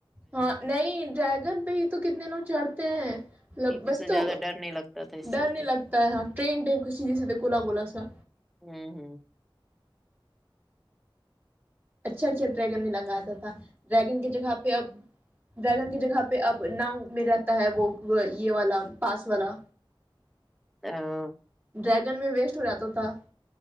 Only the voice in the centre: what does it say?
کیونکہ
اس سے
زیادہ ڈر نہیں لگتا تھا اس
چلتے
ہاں ہوں
ہاں